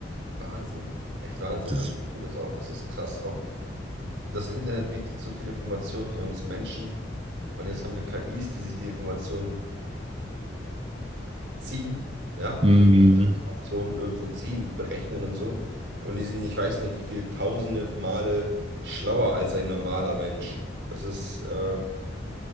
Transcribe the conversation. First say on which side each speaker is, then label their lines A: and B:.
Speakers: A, on the right; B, on the right.
A: Wahnsinn, echt Wahnsinn.
B: Das,
A: Also
B: ist-
A: ich finde das auch, das ist krass. Auch das Internet bietet so viel Information für uns Menschen. Und jetzt haben wir KIs, die sich die Informationen ziehen, ja, und
B: mm,
A: die Informationen irgendwo ziehen, berechnen und so. Und die sind, ich weiß nicht, wie viel tausende Male schlauer als ein normaler Mensch. Das ist, äh,